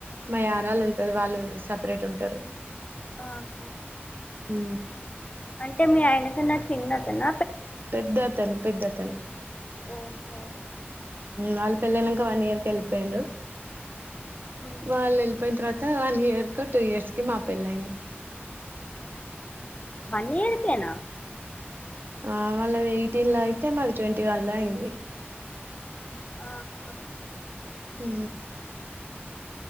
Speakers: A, on the right; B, on the left.
A: మా ఆరాళు ఉంటది వాళ్ళు సపరేట్ ఉంటారు
B: ఆహా
A: హు
B: అంటే మీ ఆయన కన్నా చిన్నతన
A: పెద్ద అతను పెద్ద తను
B: ఓహో
A: వాళ్ళ పెళ్లయినాక వన్ ఇయర్ కి వెళ్ళిపోయిండు
B: మ్మ్.
A: వాళ్ళ వెళ్ళిపోయిన త త వన్ ఇయర్ కో టూ ఇయర్స్ కో మా పెళ్ళైంది
B: వన్ ఇయర్కేనా
A: ఆ వాళ్ళది ఎయిటీన్ లో అయితే మాది ట్వంటీ వన్ లో అయింది
B: ఆహా
A: ఉ